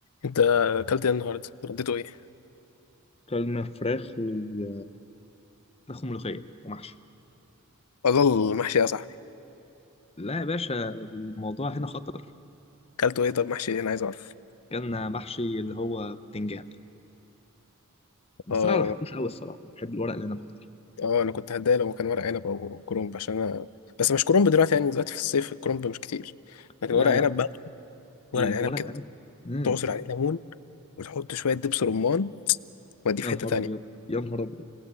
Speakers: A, on the left; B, on the left.
A: انت اكلت ايه النهارده رديته ايه
B: كلمة فراخ و- فراخ وملوخية ومحشي
A: اضل محشي يا صاحبي
B: لا يا باشا الموضوع هنا خطر
A: اكلته ايه طب محشي ايه انا عايز اعرف
B: كان محشي اللي هو بتنجان بس
A: اه
B: أنا ما بحبوش أوي الصراحة بحب الورق العنب أكتر
A: اه انا كنت هتضايق لو كان ورق عنب او كرنب عشان انا بس مش كرنب دلوقتي يعني دلوقتي في الصيف الكرنب مش كتير لكن
B: لا
A: ورق عنب
B: لا بس
A: بقى ورق
B: الورق
A: عنب كده
B: العنب مم.
A: تعصر عليه ليمون وتحط شويه دبس رمان واديه
B: يا
A: في
B: نهار
A: حته تانية
B: أبيض يا نهار أبيض